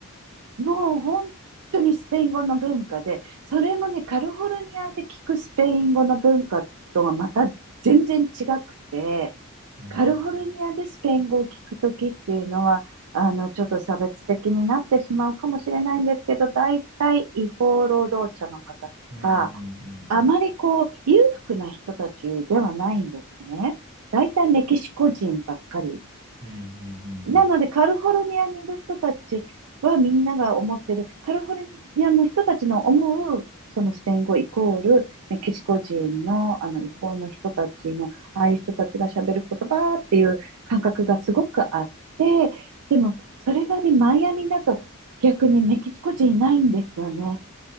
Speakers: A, on the right (about 80°); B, on the right (about 55°).
A: もう本当にスペイン語の文化で、それもね、カリフォルニアで聞くスペイン語の文化とはまた全然違くて、
B: うーん。
A: カリフォルニアでスペイン語を聞くときっていうのは、あの、ちょっと差別的になってしまうかもしれないんですけど、大体違法労働者の方とか、
B: うん、うん、う
A: あまりこう、
B: ん、
A: 裕福な人たちではないんですね。大体メキシコ人ばっかり
B: うん。うん、うん、
A: なので、
B: うん。うん
A: カリフォルニアにいる人たちはみんなが思ってる、カリフォルニアの人たちの思う、そのスペイン語イコール、ねメキシコ人の、あの、違法の人たちの、ああいう人たちが喋る言葉っていう感覚がすごくあって、でも、それがね、マイアミだと逆にメキシコ人いないんですよね。